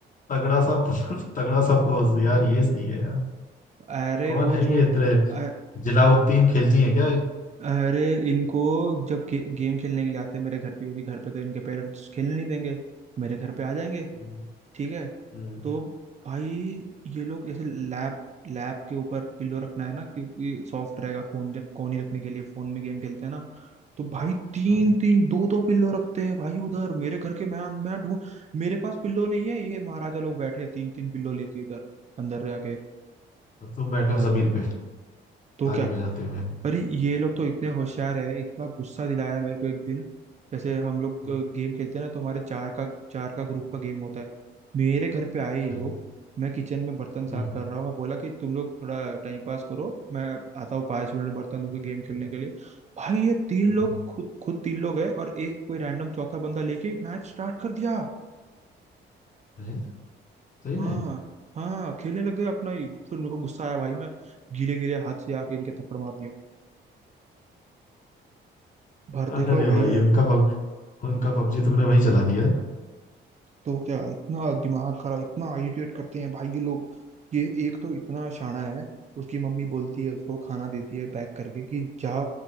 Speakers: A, on the left; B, on the right.
A: तगड़ा सा पोज <laughs> तगड़ा सा पोज यार ये सही है यार
B: अरे
A: कौन
B: वो
A: है
B: छोड़
A: ये इतने
B: अ-
A: जलाउद्दीन खिलजी है क्या
B: अरे इनको जब गे, गेम खेलने के लिए आते हैं मेरे घर पे क्योंकि घर पे तो इनके पेरेंट्स खेलने नहीं देंगे मेरे घर पे आ जाएंगे
A: हम्म,
B: ठीक है
A: हम्म,
B: तो भाई ये लोग ऐसे लैब लैब के ऊपर पिल्लो रखना है ना क्योंकि सॉफ्ट रहेगा कोन कोनी रखने के लिए फोन में गेम खेलते हैं ना तो भाई तीन
A: हाँ,
B: तीन दो दो पिल्लो रखते हैं भाई उधर मेरे घर के मैं मैं ढूंढ मेरे पास पिल्लो नहीं है ये महाराजा लोग बैठे हैं तीन तीन पिल्लो लेके इधर अंदर जाके
A: और तुम बैठे
B: हद
A: हो जमीन
B: है भाई
A: पे
B: तो
A: ताली
B: क्या
A: बजाते हुए
B: अरे ये लोग तो इतने होशियार है इतना गुस्सा दिलाया मेरे को एक दिन जैसे हम लोग
A: हम्म,
B: गेम खेलते हैं ना तो हमारे चार का चार का ग्रुप का गेम होता है मेरे घर पे आए
A: अच्छा
B: ये लोग मैं किचन में बर्तन साफ
A: हम्म
B: कर रहा हूँ मैं बोला कि तुम लोग थोड़ा टाइम पास करो मैं आता हूँ पाँच मिनट में बर्तन धो के गेम खेलने के लिए भाई ये तीन
A: हम्म,
B: लोग खुद खुद तीन लोग है और एक कोई रैंडम चौथा बंदा लेके मैच स्टार्ट कर दिया
A: है सही
B: हाँ
A: में
B: हाँ खेलने लग गए अपना ही। फिर मेरे को गुस्सा आया भाई मैं गीले गीले हाथ से आके इनके थप्पड़ मार दिया भर देता
A: अरे
B: हूँ भाई
A: भाई
B: मैं।
A: उनका पब, उनका पबजी तुमने वहीं चला दिया है।
B: तो क्या इतना दिमाग खराब इतना इरिटेट करते हैं भाई ये लोग ये एक तो इतना शाना है उसकी मम्मी बोलती है उसको खाना देती है पैक करके कि जा